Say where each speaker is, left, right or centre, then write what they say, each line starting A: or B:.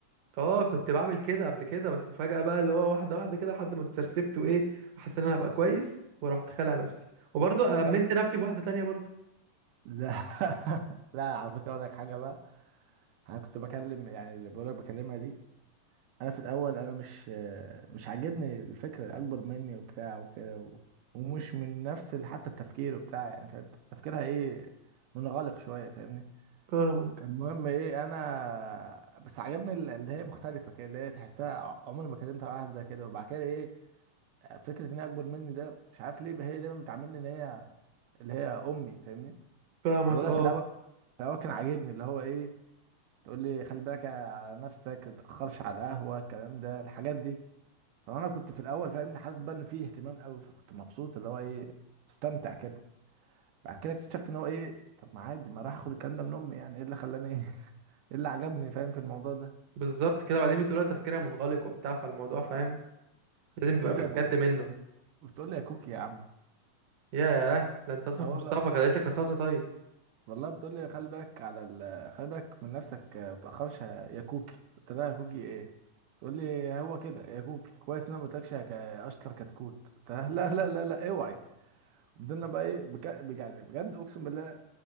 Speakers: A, on the right; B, on the right.
A: اه كنت بعمل كده قبل كده بس فجأة بقى اللي هو واحدة واحدة كده لحد ما اتسرسبت وايه وحسيت ان انا هبقى كويس ورحت خالع نفسي وبرضه امنت
B: لا
A: نفسي بواحدة تانية برضه
B: لا <laughs> لا على فكره اقول لك حاجه بقى انا كنت بكلم يعني اللي بقول لك بكلمها دي انا في الاول انا مش مش عاجبني الفكره الاكبر مني وبتاع وكده و... ومش من نفس ال- حتى التفكير بتاع يعني فاهم تفكيرها ايه منغلق شويه فاهمني
A: فاهمك
B: المهم ايه انا بس عجبني ال- اللي هي مختلفه كده اللي هي تحسها ع- عمري ما كلمت واحد زي كده وبعد كده ايه فكره ان هي اكبر مني ده مش عارف ليه هي دايما بتعاملني ان هي اللي هي امي فاهمني
A: فاهمك
B: الموضوع
A: اه
B: ده في الاول في الاول كان عاجبني اللي هو ايه تقول لي خلي بالك على نفسك تتاخرش على القهوه الكلام ده الحاجات دي فانا كنت في الاول فاهمني حاسس بقى ان فيه اهتمام قوي فكنت مبسوط اللي هو ايه مستمتع كده بعد كده اكتشفت ان هو ايه طب ما عادي ما راح اخد الكلام ده من امي يعني ايه اللي خلاني <laughs> ايه إيه اللي عجبني فاهم في الموضوع ده
A: بالظبط كده بعدين بتقولها تفكيرها منغلق وبتاع فالموضوع فاهم لازم
B: بتقول
A: تبقى في
B: لي
A: الجد
B: يا كوكي
A: منه
B: بتقول لي يا كوكي يا عم
A: ياه ده انت اسمك
B: اه والله
A: مصطفى كده لك رصاصة طيب
B: والله بتقول لي خلي بالك على ال... خلي بالك من نفسك آه، ما تاخرش يا يا كوكي قلت لها يا كوكي ايه تقول لي هو كده يا كوكي كويس ان انا ما قلتلكش يا كا- اشطر كتكوت قلت لها لا لا لا لا اوعي وفضلنا بقى ايه بجد يعني بجد اقسم بالله